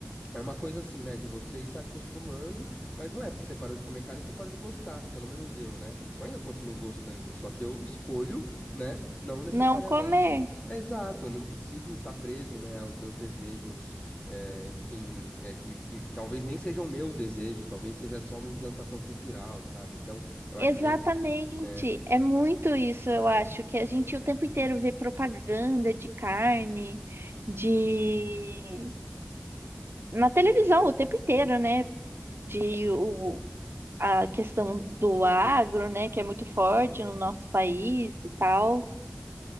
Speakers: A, on the left; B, on the right.
A: é uma coisa assim, né, de você ir se acostumando, mas não é porque você parou de comer carne que você parou de gostar, pelo menos eu, né? Eu ainda continuo gostando, só que eu escolho, né, não necessariamente
B: não comer.
A: exato, eu não preciso estar preso, né, aos meus desejos, eh, enfim, eh, que, que talvez nem sejam meus desejos, talvez seja só uma implantação cultural, sabe? Então, eu acho
B: Exatamente,
A: bem. né,
B: é muito isso, eu acho, que a gente o tempo inteiro vê propaganda de carne, de na televisão o tempo inteiro, né? De o, a questão do agro, né? Que é muito forte no nosso país e tal.